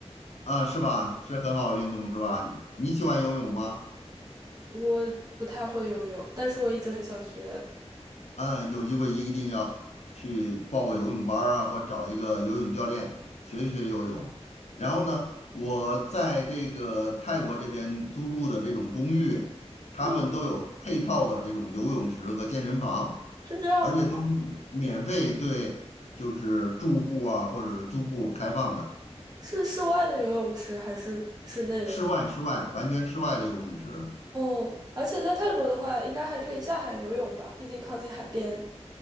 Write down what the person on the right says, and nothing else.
我不太会游泳，但是我一直很想学。
嗯，是这样吗？
是室外的游泳池还是室内的游泳？
哦，而且在泰国的话，应该还可以下海游泳吧，毕竟靠近海边。